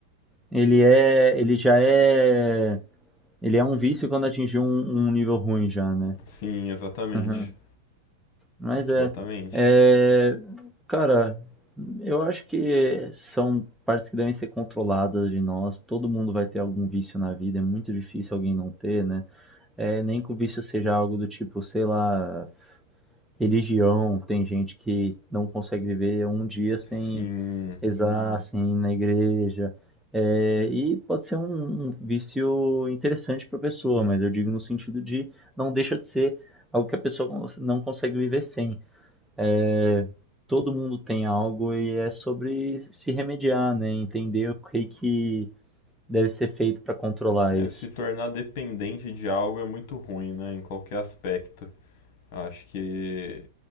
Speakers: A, in the centre; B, on the left.
A: ele é, ele já é Ele é um vício quando atingiu um, um nível ruim já, né?
B: Sim, exatamente.
A: <laughs> Mas é,
B: Exatamente.
A: é, Cara, eu acho que são partes que devem ser controladas de nós. Todo mundo vai ter algum vício na vida, é muito difícil alguém não ter, né? É, nem que o vício seja algo do tipo, sei lá, religião. Tem gente que não consegue viver um dia sem
B: Sim,
A: Exassem, na igreja. Eh, e pode ser um, um vício interessante para a pessoa, mas eu digo no sentido de não deixa de ser algo que a pessoa con- não consegue viver sem. Eh, todo mundo tem algo e é sobre se remediar, né? Entender o que que deve ser feito para controlar
B: é,
A: isso.
B: se tornar dependente de algo é muito ruim, né? Em qualquer aspecto. Eu acho que